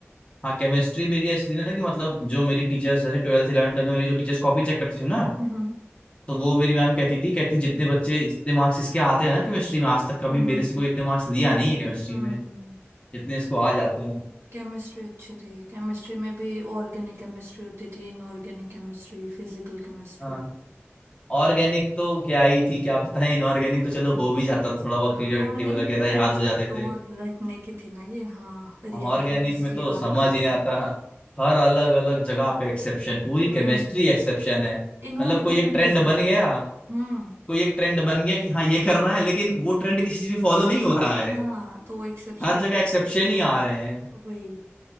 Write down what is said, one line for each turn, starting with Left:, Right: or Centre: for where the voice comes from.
Left: हाँ केमिस्ट्री मेरी ऐसी थी ना कि मतलब जो मेरी टीचर्स जैसे ट्वेल्थ इलेवन ट्वेल्थ में मेरी जो टीचर्स कॉपी चेक करते थे ना
Right: हम्म
Left: तो वो मेरी मैम कहती थी कहती जितने बच्चे जितने मार्क्स इसके आते हैं ना केमिस्ट्री में आज तक कभी
Right: हम्म
Left: मेरे से कोई इतने मार्क्स लिया नहीं है केमिस्ट्री
Right: हम्म
Left: में जितने इसको आ जाते हैं
Right: केमिस्ट्री अच्छी थी केमिस्ट्री में भी ऑर्गेनिक केमिस्ट्री होती थी इनऑर्गेनिक केमिस्ट्री फिजिकल केमिस्ट्री
Left: हाँ ऑर्गेनिक तो क्या ही थी क्या बताएं इनऑर्गेनिक तो चलो हो भी जाता था थोड़ा बहुत
Right: हाँ
Left: पीरियड
Right: ऑर्गेनिक
Left: टेबल वगैरह
Right: तो पूरे
Left: याद
Right: ऐसे
Left: हो जाते थे
Right: वो रखने की थी ना ये हाँ रिएक्शंस
Left: ऑर्गेनिक में तो
Right: याद
Left: समझ
Right: कर ली
Left: ही नहीं आता हर अलग अलग जगह पे एक्सेप्शन पूरी
Right: हम्म
Left: केमिस्ट्री एक्सेप्शन है
Right: इनऑर्गेनिक
Left: मतलब कोई एक
Right: में भी
Left: ट्रेंड
Right: ऐसे ही
Left: बन
Right: था
Left: गया
Right: हम्म
Left: कोई एक ट्रेंड बन गया कि हाँ ये करना है लेकिन वो ट्रेंड किसी चीज में फॉलो नहीं हो रहा है
Right: हाँ तो वो एक्सेप्शन
Left: हर
Right: में
Left: जगह
Right: डाल
Left: एक्सेप्शन
Right: दो
Left: ही आ रहे हैं
Right: वही